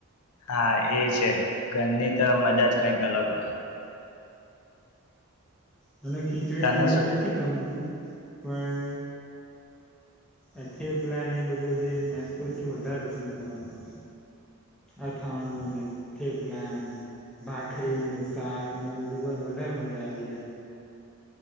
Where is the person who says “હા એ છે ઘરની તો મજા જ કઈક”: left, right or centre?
Left